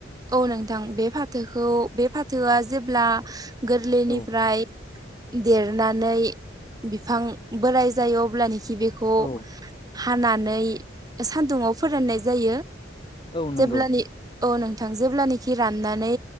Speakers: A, on the right (about 20°); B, on the left (about 25°).
A: औ नों बे फाथोखौ बे फाथोआ जेब्ला गोरलैनिफ्राय
B: औ
A: देरनानै बिफां बोराय जायो अब्लानोखि बेखौ
B: औ
A: हानानै सानदुाव फोररायनाय जायो
B: औ नंगौ
A: जेब्लानि औ नों जेब्लानाखि राननानै